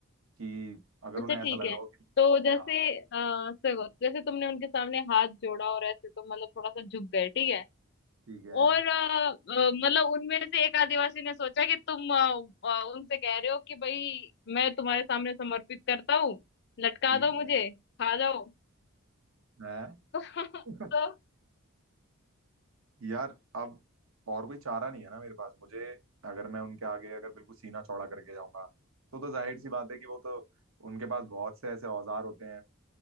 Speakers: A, on the right (about 75°); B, on the left (about 50°).
A: कि अगर
B: अच्छा
A: उन्हें ऐसा
B: ठीक
A: लग
B: है
A: रहा हो कि
B: तो जैसे
A: हाँ
B: आ, देखो जैसे तुमने उनके सामने हाथ जोड़ा और ऐसे तो मतलब थोड़ा सा झुक गए ठीक है
A: ठीक है
B: और अ, अ, मतलब उनमें से एक आदिवासी ने सोचा कि तुम अ, अ, उनसे कह रहे हो कि भाई मैं तुम्हारे सामने समर्पित करता हूँ लटका
A: ठीक
B: दो मुझे
A: है
B: खा जाओ
A: मैं
B: <laughs>
A: <laughs>
B: तो,
A: यार अब और कोई चारा नहीं है ना मेरे पास मुझे अगर मैं उनके आगे अगर बिल्कुल सीना चौड़ा करके जाऊंगा तो तो जाहिर सी बात है कि वो तो उनके पास बहुत से ऐसे औजार होते हैं